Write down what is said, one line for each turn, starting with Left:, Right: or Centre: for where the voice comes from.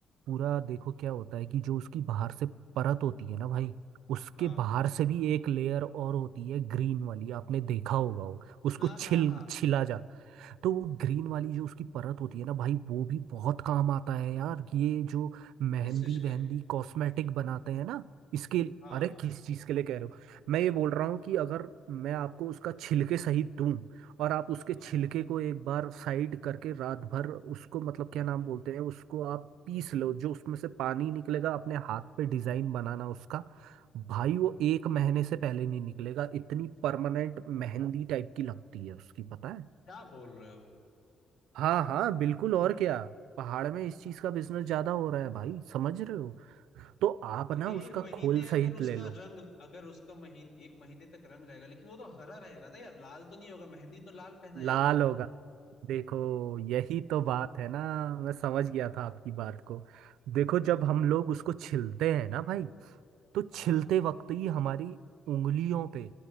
Right: पूरा देखो क्या होता है कि जो उसकी बाहर से परत होती है ना भाई उसके
Left: हाँ
Right: बाहर से भी एक लेयर और होती है ग्रीन वाली आपने देखा होगा वो उसको
Left: हाँ
Right: छिल
Left: हाँ हाँ
Right: छिला जा तो वो ग्रीन वाली जो उसकी परत होती है ना भाई वो भी बहुत काम आता है यार ये जो मेहंदी
Left: किस चीज
Right: वहंदी
Left: के
Right: कॉस्मेटिक बनाते हैं ना इसके
Left: हाँ
Right: अरे किस चीज के लिए कह रहे हो मैं ये बोल रहा हूँ कि अगर मैं आपको उसका छिलके सहित दूं और आप उसके
Left: हाँ
Right: छिलके को एक बार साइड करके रात भर उसको मतलब क्या नाम बोलते हैं उसको आप पीस लो जो उसमें से पानी निकलेगा अपने हाथ पे डिजाइन बनाना उसका भाई वो एक महीने से पहले नहीं निकलेगा इतनी परमानेंट मेहंदी टाइप की लगती है उसकी पता है
Left: क्या बोल रहे हो
Right: हाँ हाँ बिल्कुल और क्या पहाड़ में इस चीज का बिजनेस ज्यादा हो रहा है भाई समझ रहे हो तो आप
Left: तो
Right: ना
Left: एक
Right: उसका
Left: महीने
Right: खोल
Left: अगर
Right: सहित
Left: उसका
Right: ले लो
Left: रंग अगर उसका महीन एक महीने तक रंग रहेगा लेकिन वो तो हरा रहेगा ना यार लाल तो नहीं होगा मेहंदी तो लाल पहना
Right: लाल
Left: जाता है
Right: होगा देखो
Left: हाँ
Right: यही तो बात है ना मैं समझ गया था आपकी बात को देखो जब हम लोग उसको छिलते हैं ना भाई तो
Left: हाँ
Right: छिलते वक्त ही हमारी उंगलियों पे